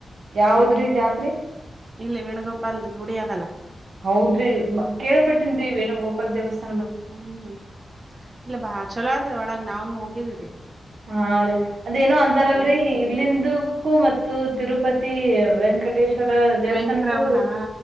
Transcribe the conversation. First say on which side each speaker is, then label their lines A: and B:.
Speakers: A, on the right; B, on the right.
A: ಯಾವದ್ರಿ ಜಾತ್ರಿ.
B: ಇಲ್ಲ ವೇಣುಗೋಪಾಲ್ ಗುಡಿಿಯ ಅದಲ್ಲ.
A: ಹೌದ್ರಿ ಕೇಳ್ಬಟ್ಟೇನ್ೀವೇಏನ ಗೋಪಾಲ್ ದೇವಸ್.
B: ಹ್ಮ್ ಇಲ್ಲ ಬಾ ಚಲೋ ಆದ್ರೆ ಒಳಗ್ ನಾವನ್ ಹೋಗಿದೀ್ರರಿ.
A: ಹಾ ರೀ ಅದೇನೋ ಅಂತಾರಲ್ರಿ
B: ಅದು ಹೋಗಿದ್ದೆ
A: ಇಲ್ಲಿಂದಕ್ಕೂ ಮತ್ತು ತಿರುಪತಿ ವೆಂಕ್ ವೆಂಕಟೇಶ್ವರ ದೇವಸ್ಥಾನಕು
B: ವೆಂಕಟರಮಣ ಹಾ